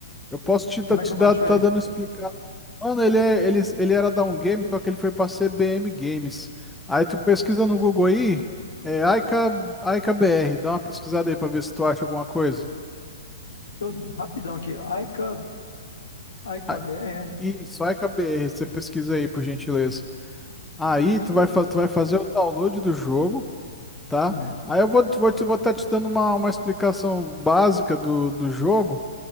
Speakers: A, in the centre; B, on the left (about 85°).
A: Eu posso te, dar,
B: como
A: te
B: é que eu baixo
A: dar, tá
B: ele?
A: dando explicado. Mano, ele, é, ele, ele era da um game, só que ele foi pra CBM Games. Aí tu pesquisa no Google aí, é Aika, Aika BR, dá uma pesquisada aí pra ver se tu acha alguma coisa.
B: Deixa eu, rapidão aqui. Aika, IKBR,
A: Ah,
B: é. Deixa
A: Isso, Aika BR, você pesquisa aí, por gentileza. Aí
B: eu ver aqui,
A: tu vai,
B: é.
A: fa- tu vai fazer o download do jogo, tá?
B: Sim.
A: Aí eu vou, vou, te- vou estar te dando uma, uma explicação básica do, do jogo.